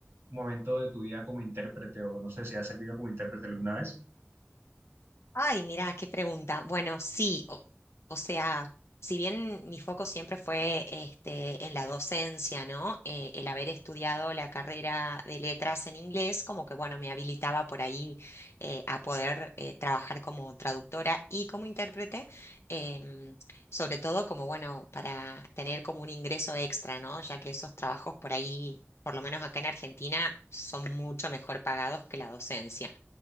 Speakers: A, on the right; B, on the left.
A: momento de tu vida como intérprete o no sé si has servido como intérprete alguna vez.
B: Ay, mirá, qué pregunta. Bueno, sí, o, o sea, si bien mi foco siempre fue este, en la docencia, ¿no? Eh, el haber estudiado la carrera de letras en inglés, como que, bueno, me habilitaba por ahí eh, a poder eh, trabajar como traductora y como intérprete, em, sobre todo como, bueno, para tener como un ingreso extra, ¿no? Ya que esos trabajos por ahí... Por lo menos acá en Argentina son mucho mejor pagados que la docencia.